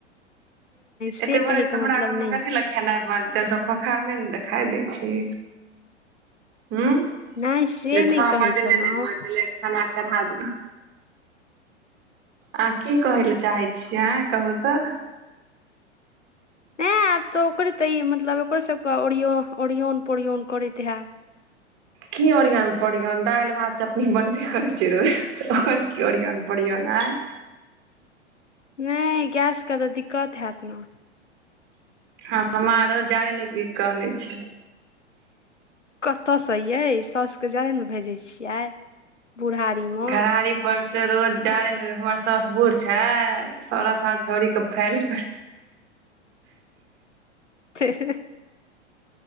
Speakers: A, on the left; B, on the right.
A: से
B: एतेक
A: कहैके
B: भोरे हमरा
A: मतलब
B: घर
A: नहि
B: मै कथि ले खेनाइ बनतै, लोक के खोखाई नै न देखाइ दै छै। हुं
A: नहि से
B: जे
A: नहि
B: छओ
A: कहै
B: बजलै
A: छलहुँ
B: नै बजलै खाना चढ़ा दियौ। अहां की कहै ले चाहै छियै आ कहू तऽ
A: नहि आब तऽ ओकरे तऽ ई मतलब ओकरे सबके ओरियौन ओरियौन पोरियौन करैत हेब।
B: की ओरियन पोरियान, दालि भात चटनी बनबे करै छै रोज, ओकर की ओरियन पोरियन, आंय।
A: नै गैसके तऽ दिक्कत हैत ने
B: हमरा रोज जारैन उघि उघि के अनै छै।
A: कतऽसे यै सासु के जारैन उघै दै छियै? बुढ़ारी मे
B: घरारी पर से रोज जारैन उनके, हमर सासु बूढ़ छैथ? सोलह साल छौड़ी के फैल करै
A: <inaudible>